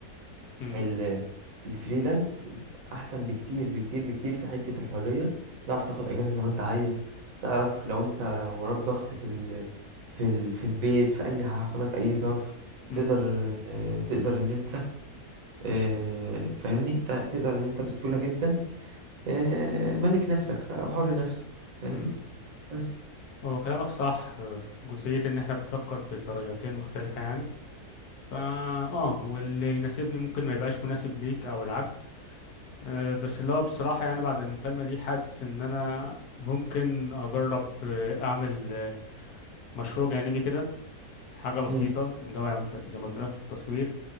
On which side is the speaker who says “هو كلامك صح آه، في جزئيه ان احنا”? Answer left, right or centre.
Left